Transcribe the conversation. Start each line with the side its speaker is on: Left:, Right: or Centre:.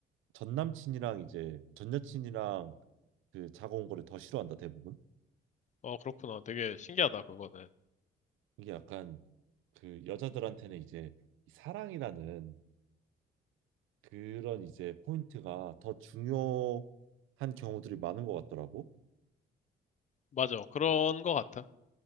Right: 전 남친이랑 이제 전 여친이랑 그 자고 온 거를 더 싫어한다 대부분.
Left: 어, 그렇구나. 되게 신기하다, 그거는.
Right: 이게 약간 그 여자들한테는 이제 이 사랑이라는 그런 이제 포인트가 더 중요한 경우들이 많은 것 같더라고.
Left: 맞아. 그런 거 같아.